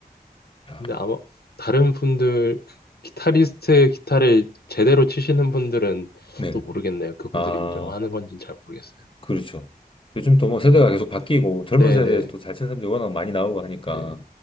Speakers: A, on the left (about 35°); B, on the left (about 90°).
A: 야,
B: 근데 아마 다른 분들 기타리스트 기타를 제대로 치시는 분들은
A: 네.
B: 또 모르겠네요. 그분들이
A: 아,
B: 인정하는 건지는 잘 모르겠어요.
A: 그렇죠. 요즘 또 뭐 세대가
B: 아마
A: 계속 바뀌고 젊은
B: 네네
A: 세대에서
B: 네.
A: 또 잘 치는 사람들이 워낙 많이 나오고 하니까
B: 네.